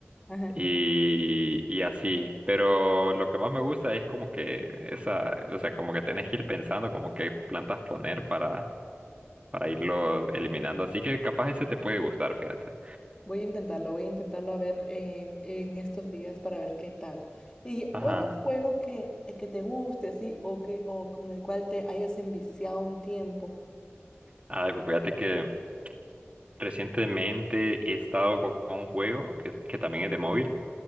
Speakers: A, on the left; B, on the right.
A: ajá.
B: y, y así. Pero lo que más me gusta es como que esa, o sea, como que tenés que ir pensando como qué plantas poner para, para irlos eliminando, así que capaz ese te puede gustar, fíjate.
A: Voy a intentarlo, voy a intentarlo a ver en, en estos días para ver qué tal. Y
B: Ajá.
A: otro juego que, eh, que te guste así o que o con el cual te hayas enviciado un tiempo.
B: Ay, pues fíjate que Recientemente he estado co- con un juego que, que también es de móvil,